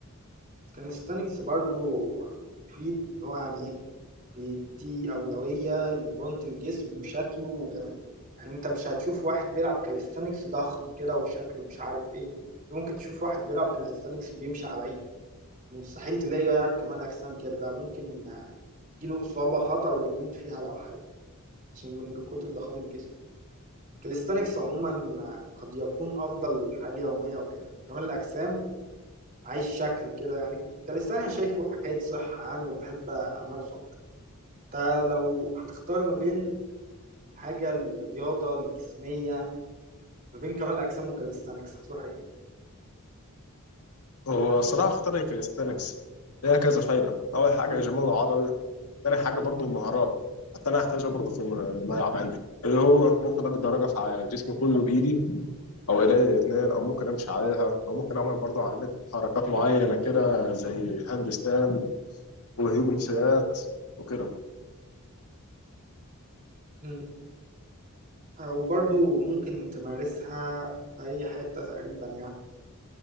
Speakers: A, on the right; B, on the left.
A: كان ستانكس برضو فيد اللي هو يعني ايه بيدي أولوية لمرونة الجسم وشكله وجماله يعني انت مش هتشوف واحد بيلعب كاليستانكس ضخم كده وشكله مش عارف ايه ممكن تشوف واحد بيلعب كاليستانكس بيمشي على ايده مستحيل تلاقيه يلعب كمال أجسام كده ده ممكن آه، يجيله إصابة خطر ويموت فيها لو حاول عشان من كتر ضخامة جسمه كاليستانكس عموما آه، قد يكون أفضل حال يومية وكده كمال الأجسام عايش شكل كده يعني انت لساني شايفه حكاية صحة يعني وبحب أمارسه أكتر انت لو هتختار ما بين حاجة الرياضة الجسمية ما بين كمال أجسام وكاليستانكس هتروح إيه؟
B: هو صراحه اختار الكاليستانكس ليها كذا فايده اول حاجه جمال العضل تاني حاجه برضو المهارات حتى انا هحتاجها برضو في الملعب عندي اللي هو ممكن اقدر اوقف على جسمي كله بايدي او ايديا الاثنين او ممكن امشي عليها او ممكن اعمل برضو علامات حركات معينه كده زي هاند ستاند وهيومن سيات وكده
A: مم. آه، وبرضو ممكن تمارسها في أي حتة تقريبا يعني